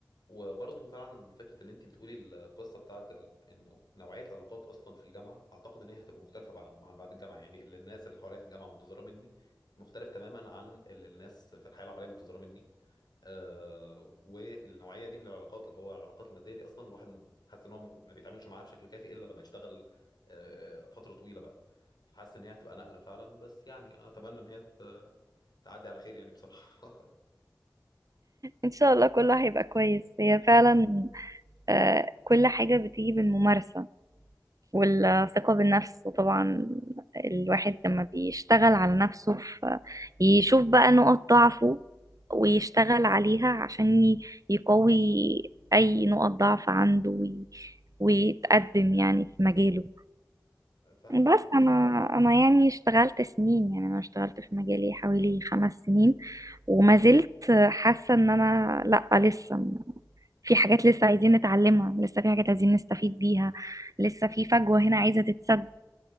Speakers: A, on the left; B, on the right.
A: وبرضه فعلا فكرة إن أنت بتقولي القصة بتاعت ال... إنه نوعية العلاقات أصلا في الجامعة أعتقد إن هي هتبقى مختلفة بع- عن بعد الجامعة يعني اللي الناس اللي حواليا في الجامعة منتظرة مني مختلف تماما عن اللي الناس في الحياة العملية منتظرة مني آه والنوعيه دي من العلاقات اللي هو العلاقات الماديه دي اصلا الواحد حاسس ان هو ما بيتعاملش معاها بشكل كافي الا لما يشتغل آه فتره طويله بقى فحاسس ان هي هتبقى نقله فعلا بس يعني اتمنى ان هي ت- تعدي على خير يعني بصراحه
B: ان شاء الله كله هيبقى كويس
A: <laughs>
B: هي
A: يعني
B: فعلا
A: إن شاء
B: آه كل حاجه بتيجي بالممارسه والثقة بالنفس وطبعا الواحد لما بيشتغل على نفسه في يشوف بقى نقط ضعفه ويشتغل عليها عشان ي- يقوي أي نقط ضعف عنده وي- ويتقدم يعني في مجاله
A: الله. فاهمك
B: بس
A: اه
B: أنا أنا يعني اشتغلت سنين يعني أنا اشتغلت في مجالي حوالي خمس سنين وما زلت حاسة إن أنا لأ لسه في حاجات لسه عايزين نتعلمها لسه في حاجات عايزين نستفيد بيها لسه في فجوة هنا عايزة تتسد